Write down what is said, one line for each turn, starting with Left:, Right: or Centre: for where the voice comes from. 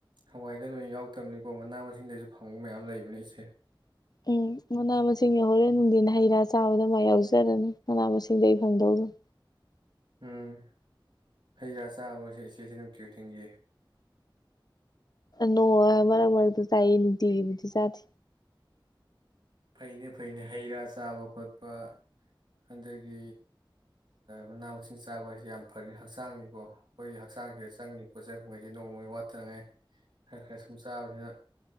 Right: ꯍꯋꯥꯏꯗ ꯂꯣꯏ ꯌꯥꯎꯔꯛꯇꯕꯅꯤꯀꯣ ꯃꯅꯥ ꯃꯁꯤꯡꯗꯁꯨ ꯐꯪꯕ ꯃꯌꯥꯝ ꯂꯩꯕꯅꯤ ꯏꯆꯦ
Left: ꯎꯝ ꯃꯅꯥ ꯃꯁꯤꯡ ꯌꯥꯍꯣꯔꯦꯟ ꯅꯨꯡꯊꯤꯟ ꯍꯩ ꯔꯥ ꯆꯥꯕꯗ ꯃꯥꯥꯏ ꯌꯥꯎꯖꯔꯅꯤ ꯃꯅꯥ ꯃꯁꯤꯡꯗꯒꯤ ꯑꯩ ꯐꯪꯗꯧꯗꯅꯤ
Right: ꯎꯝ ꯍꯩ ꯔꯥ ꯆꯥꯕꯁꯦ ꯏꯆꯦꯁꯤ ꯅꯨꯡꯇꯤ ꯈꯨꯗꯤꯡꯒꯤ
Left: ꯅꯣꯡ ꯃꯥꯔꯛ ꯃꯥꯔꯛ ꯆꯥꯏꯌꯦ ꯅꯨꯛꯇꯤꯒꯤꯗꯤ ꯆꯥꯗꯦ
Right: ꯐꯩꯅ ꯐꯩꯅ ꯍꯩ ꯔꯥ ꯆꯥꯕ ꯈꯣꯠꯄ ꯑꯗꯒꯤ ꯃꯅꯥ ꯃꯁꯤꯡ ꯆꯥꯕ ꯍꯥꯏꯁꯦ ꯌꯥꯝ ꯐꯅꯤ ꯍꯛꯆꯥꯡꯅꯤꯀꯣ ꯑꯩꯈꯣꯏꯒꯤ ꯍꯛꯆꯥꯡꯁꯤꯗ ꯆꯪꯗꯦ ꯄꯣꯠ ꯁꯩ <inaudible> ꯅꯣꯡꯃꯒꯤ ꯋꯥꯠꯇꯅꯉꯩ ꯈꯔ ꯈꯔ ꯁꯨꯝ ꯆꯥꯕꯅꯤꯅ